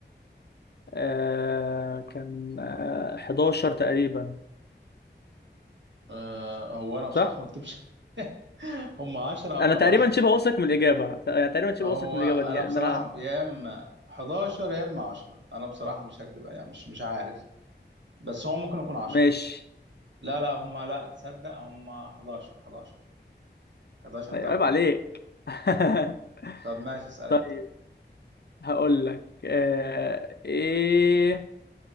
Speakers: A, on the left; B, on the right.
A: آه كان آه 11 تقريبا
B: آه... هو أنا بصراحة
A: صح
B: ما أكتبش <laughs> هم 10 أو
A: انا
B: 11
A: تقريبا شبه واثق من الاجابه ت- يعني تقريبا شبه
B: هو
A: واثق من الاجابه
B: انا
A: دي يعني
B: بصراحه
A: ان انا
B: يا اما 11 يا اما 10 انا بصراحه مش هكدب يعني مش مش عارف بس هو ممكن يكون 10
A: ماشي
B: لا لا هم لا تصدق هم 11 11 11
A: أيوة،
B: دوله
A: عيب عليك <laughs>
B: طب ماشي اسال
A: طيب
B: انت
A: هقول لك آه ايه